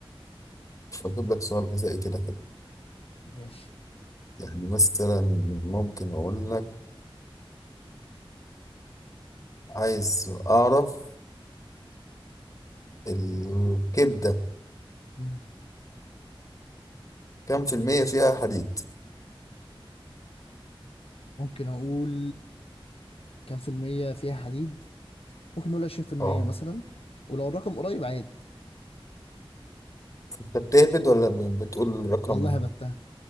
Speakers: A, on the left; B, on the left.
A: فأجيب لك سؤال غذائي كده حلو
B: ماشي
A: يعني مثلا ممكن أقول لك عايز أعرف الكبدة
B: مم.
A: كم في المية فيها حديد؟
B: ممكن اقول كام في المية فيها حديد ممكن نقول 20%
A: اه
B: مثلا ولو الرقم قريب عادي
A: أنت بتهبد ولا ب- بتقول رقم؟
B: والله هبتها